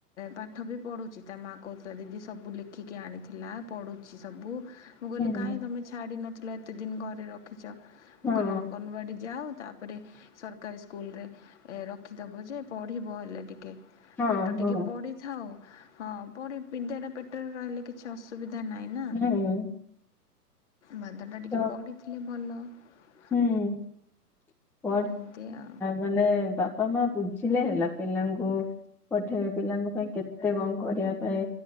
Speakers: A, on the left (about 45°); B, in the centre.
A: ପାଠ ବି ପଢ଼ୁଛି ତା ମା କହୁଥିଲା ଦିଦି ସବୁ ଲେଖିକି ଆଣିଥିଲା, ପଢୁଚି ସବୁ। ମୁଁ କହିଲି
B: ହୁଁ
A: କାଇଁ ତମେ ଛାଡ଼ି ନଥିଲ, ଏତେ ଦିନ୍‌ ଘରେ ରଖିଚ।
B: ହଁ
A: ମୁଁ କହିଲି ଅଙ୍ଗନ ବାଡ଼ି ଯାଅ ଗୋଟେ ସର୍କାରି ସ୍କୁଲରେ ଏ ରଖିଦେବ ଯେ, ପଢ଼ିବ ହେଲେ ଟିକେ।
B: ହଁ
A: ପାଟ ଟିକେ
B: ହଁ
A: ପଡ଼ି ଥାଉ, ହଁ ପରେ ବିଦ୍ୟା ଟା ପେଟରେ ରହିଲେ। କିଛି ଅସୁବିଧା ନାଇଁ ନା।
B: ହୁଁ।
A: ବାଦ ଟା ଟିକେ
B: ତ
A: ପଢ଼ି <inaudible>
B: <inaudible>
A: ଏମିତି ଆଉ
B: ମାନେ, ବାପା ମା ବୁଝିଲେ ହେଲା ପିଲାଙ୍କୁ। ପଠେଇ ପିଲାଙ୍କ ପାଇଁ କେତେ ଙ୍କ କରିବା ପାଇଁ।